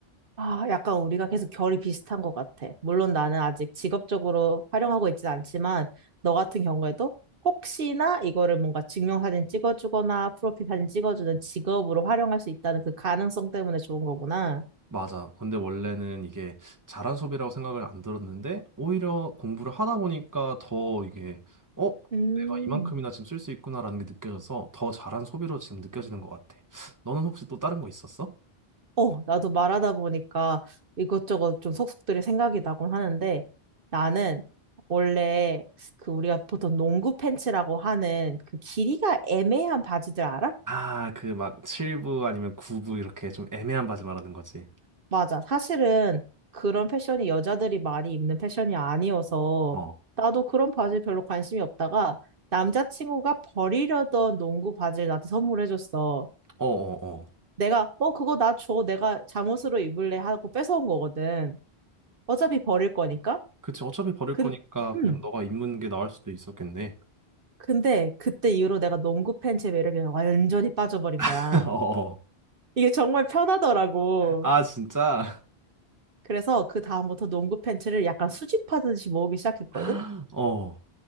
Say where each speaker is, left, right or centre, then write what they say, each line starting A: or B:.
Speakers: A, on the right; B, on the right.
A: 아, 약간 우리가 계속 결이 비슷한 것 같아. 물론 나는 아직 직업적으로 활용하고 있진 않지만, 너 같은 경우에도 혹시나 이거를 뭔가 증명사진 찍어주거나 프로필 사진 찍어주는 직업으로 활용할 수 있다는 그 가능성 때문에 좋은 거구나.
B: 맞아. 근데 원래는 이게 잘한 소비라고 생각을 안 들었는데 오히려 공부를 하다 보니까 더 이게 어?
A: 음.
B: 내가 이만큼이나 지금 쓸 수 있구나라는 게 느껴져서 더 잘한 소비로 지금 느껴지는 것 같아. 너는 혹시 또 다른 거 있었어?
A: 어, 나도 말하다 보니까 이것저것 좀 속속들이 생각이 나곤 하는데 나는 원래 그 우리가 보통 농구 팬츠라고 하는 그 길이가 애매한 바지들 알아?
B: 아, 그 막 7부 아니면 9부 이렇게 좀 애매한 바지 말하는 거지.
A: 맞아. 사실은 그런 패션이 여자들이 많이 입는 패션이 아니어서
B: 어.
A: 나도 그런 바지 별로 관심이 없다가 남자친구가 버리려던 농구 바지를 나한테 선물해줬어.
B: 어어어.
A: 내가 어, 그거 나 줘. 내가 잠옷으로 입을래 하고 뺏어온 거거든. 어차피 버릴 거니까.
B: 그치, 어차피 버릴
A: 근,
B: 거니까
A: 음.
B: 그냥 너가 입는 게 나을 수도 있었겠네.
A: 근데 그때 이후로 내가 농구 팬츠의 매력에 완전히 빠져버린 거야.
B: <laughs> 어,
A: 이게 정말 편하더라고.
B: 아, 진짜?
A: 그래서 그 다음부터 농구 팬츠를 약간 수집하듯이 모으기 시작했거든?
B: <gasps> <laughs> 어,